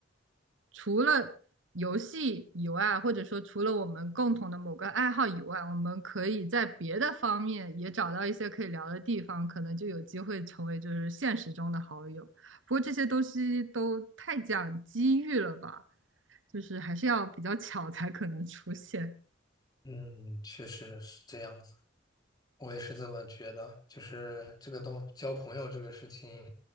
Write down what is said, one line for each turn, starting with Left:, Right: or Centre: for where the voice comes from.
Right: 除了游戏以外，或者说除了我们共同的某个爱好以外，我们可以在别的方面也找到一些可以聊的地方，可能就有机会成为就是现实中的好友。不过这些东西都太讲机遇了吧，就是还是要比较巧才可能出现。
Left: 嗯，确实是这样子。我也是这么觉得，就是这个东交朋友这个事情，